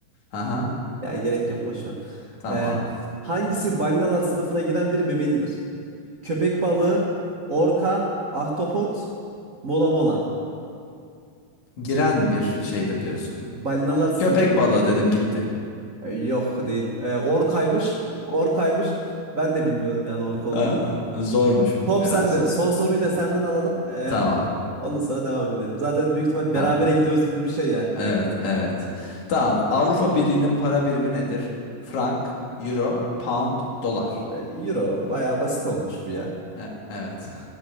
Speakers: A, on the left; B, on the right.
A: Aha,
B: Ya gerek yok boş ver.
A: tamam.
B: E, hangisi balinalar sınıfına giren bir memelidir? Köpek balığı, orka, ahtapot, mola mola.
A: Giren bir şeydir diyorsun.
B: Balinalar sınıfına.
A: Köpek balığı dedim gitti.
B: E, Yok değil. E, orkaymış. Orkaymış. Ben de bilmiyordum yani ork olduğunu.
A: Aa, zormuş biraz.
B: Top sende. Son soruyu da senden alalım. E,
A: Tamam.
B: ondan sonra devam edelim. Zaten büyük ihtimal berabere
A: Tamam.
B: gidiyoruz gibi bir şey yani.
A: Evet, evet. Tamam. Avrupa Birliği'nin para birimi nedir? Frank, Euro, Pound, Dolar.
B: E, Euro bayağı basit olmuş bu ya.
A: E- evet.